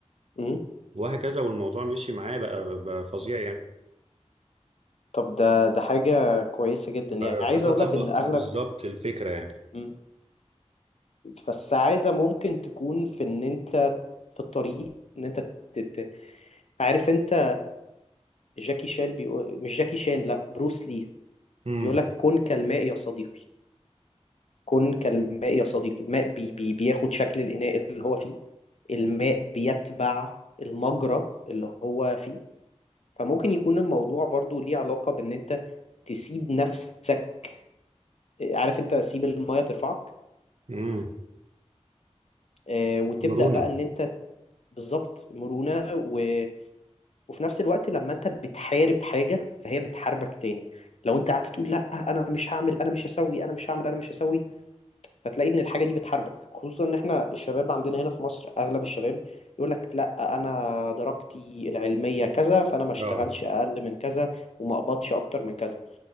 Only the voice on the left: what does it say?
مم.
طب ده ده حاجة كويسة جدا يعني
عايز
اقول
لك ان اغلب
مم. فالسعادة ممكن تكون في ان انت في الطريق ان انت ت- ت- عارف انت جاكي شان بيقول مش جاكي شان لا بروس لي
بيقول لك كن كالماء يا صديقي كن كالماء يا صديقي الماء بي بي بياخد شكل الإناء اللي هو فيه الماء بيتبع المجرى اللي هو فيه فممكن يكون الموضوع برضو ليه علاقة بإن أنت تسيب نفسك عارف أنت سيب المية ترفعك
آه، وتبدأ
بقى إن أنت بالظبط مرونة و... وفي نفس الوقت لما أنت بتحارب حاجة فهي بتحاربك تاني لو أنت قعدت تقول لا أنا مش هعمل أنا مش هسوي أنا مش هعمل أنا مش هسوي فتلاقي ان الحاجه دي بتحاربك خصوصا ان احنا الشباب عندنا هنا في مصر اغلب الشباب يقول لك لا انا درجتي العلميه كذا فانا ما اشتغلش
اقل من كذا وما اقبضش اكتر من كذا